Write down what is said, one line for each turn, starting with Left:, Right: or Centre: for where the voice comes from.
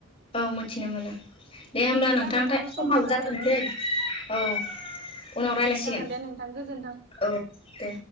Left: औ मिथिनो मोनो दे होमब्ला
Right: बिदिब्ला
Left: नोंथांथाय
Right: नोंथां
Left: समाबो
Right: समा जाबायमोन
Left: जाथ'नोसै औ उनाव रायज्लायसिगोन
Right: जागोन दे नोंथां गोजोन्थों
Left: औ दे।